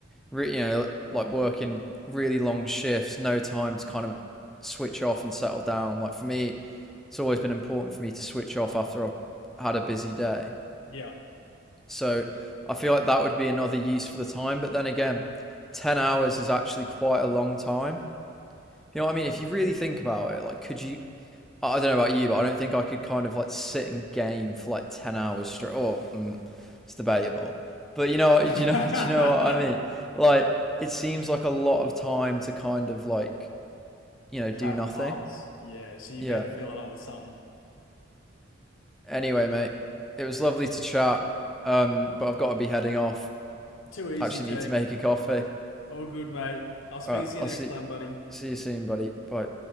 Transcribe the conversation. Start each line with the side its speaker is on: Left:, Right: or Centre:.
Centre: re- you know, like working really long shifts, no time to kind of switch off and settle down. Like for me, it's always been important for me to switch off after I've had a busy day.
Left: Yeah.
Centre: So I feel like that would be another use for the time. But then again, 10 hours is actually quite a long time. You know what I mean? If you really think about it, like, could you, I don't know about you, but I don't think I could kind of like sit and game for like ten hours straight. Or oh, mm, it's debatable, but you know,
Left: <laughs>
Centre: <laughs> you know, you know what I mean? Like, it seems like a lot of time to kind of like you know do
Left: Have
Centre: nothing.
Left: pass. Yeah, so you
Centre: Yeah.
Left: better fill it up with something.
Centre: Anyway, mate, it was lovely to chat. Um, but I've got to be heading off.
Left: Too easy,
Centre: Actually,
Left: Jake.
Centre: need to make a coffee.
Left: All good, mate. I'll speak
Centre: All right,
Left: to
Centre: I'll
Left: you next
Centre: see
Left: time, buddy.
Centre: see you soon, buddy. Bye.